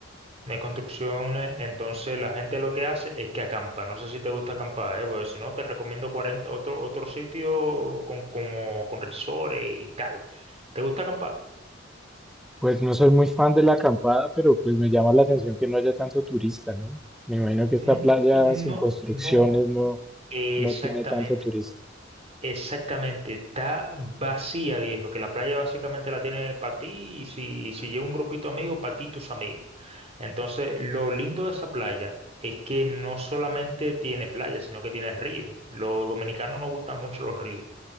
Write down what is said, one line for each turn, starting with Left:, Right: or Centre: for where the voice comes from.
Right: No hay construcciones, entonces la gente lo que hace es que acampa. No sé si te gusta acampar, ¿eh? Porque si no, te recomiendo 40 otro, otro sitio con, como, con resorts y tal. ¿Te gusta acampar?
Centre: Pues no soy muy fan de la acampada, pero pues me llama la atención que no haya tanto turista, ¿no? Me imagino que
Right: Mm,
Centre: esta playa
Right: N-
Centre: sin
Right: No,
Centre: construcciones
Right: no,
Centre: no,
Right: exactamente.
Centre: no tiene tanto turista.
Right: Exactamente, está vacía, viejo, que la playa básicamente la tiene para ti y si, y si lleva un grupito amigo, para ti y tus amigos. Entonces, lo lindo de esa playa es que no solamente tiene playa, sino que tiene río. Los dominicanos nos gustan mucho los ríos,